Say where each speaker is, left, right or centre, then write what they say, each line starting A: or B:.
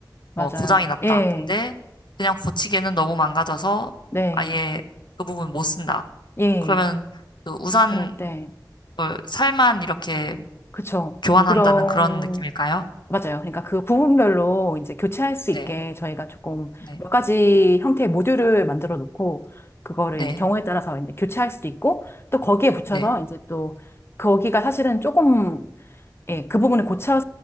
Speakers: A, on the left (about 35°); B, on the left (about 80°).
A: 맞아요.
B: 뭐 고장이 났다.
A: 예,
B: 근데 그냥 고치기에는 너무 망가져서
A: 네,
B: 아예 그 부분 못 쓴다.
A: 예,
B: 그러면 그 우산
A: 그럴 때,
B: 걸 살만 이렇게
A: 그쵸.
B: 교환한다는
A: 그럼
B: 그런 느낌일까요?
A: 맞아요. 그러니까 그 부분별로 이제 교체할 수 있게
B: 네,
A: 저희가 조금
B: 네,
A: 몇 가지 형태의 모듈을 만들어 놓고, 그거를
B: 네,
A: 이제 경우에 따라서 이제 교체할 수도 있고, 또 거기에 붙여서
B: 네,
A: 이제 또, 거기가 사실은 조금 예, 그 부분을 고쳐,